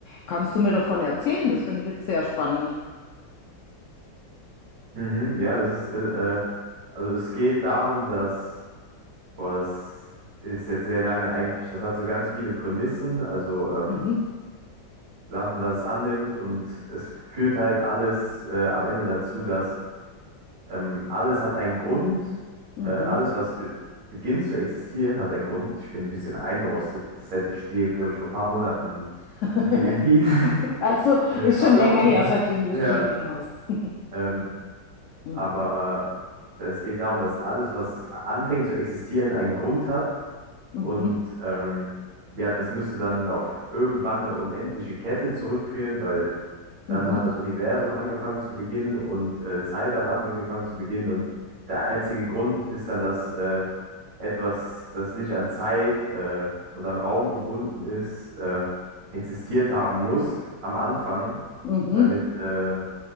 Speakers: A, on the left; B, on the right.
A: Kannst du mir davon erzählen? Das finde ich jetzt sehr spannend.
B: Mhm, ja, das ist, äh, äh, also es geht darum, dass, boah, das ist jetzt sehr lange eigentlich, das hat so ganz viele Prämissen, also ähm,
A: Mhm,
B: Sachen, dass es annimmt und es führt halt alles äh, am Ende dazu, dass ähm, alles hat einen Grund,
A: mhm.
B: äh, alles, was be beginnt zu existieren, hat einen Grund. Ich bin ein bisschen eingerostet, das hätte ich dir, glaube ich, vor ein paar Monaten
A: <laughs>
B: wie, wie, <laughs>
A: Also
B: äh,
A: ist
B: am
A: schon
B: laufenden
A: länger her,
B: Band.
A: seitdem du
B: Ja,
A: es gelesen hast. <laughs>
B: Ähm,
A: Mhm,
B: aber es geht darum, dass alles, was anfängt zu existieren, einen Grund hat.
A: mhm,
B: Und ähm, ja, das müsste dann auf irgendwann eine unendliche Kette zurückführen, weil dann
A: mhm,
B: hat das Universum angefangen zu beginnen und äh, Zeit hat angefangen zu beginnen. Und der einzige Grund ist dann, dass äh, etwas, das nicht an Zeit äh, und an Raum gebunden ist, äh, existiert haben muss am Anfang,
A: mhm.
B: damit äh,